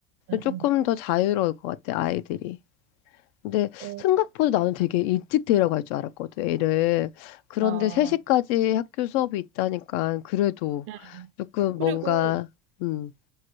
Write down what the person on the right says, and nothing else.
응,
응.
어,
아,
응.
그리고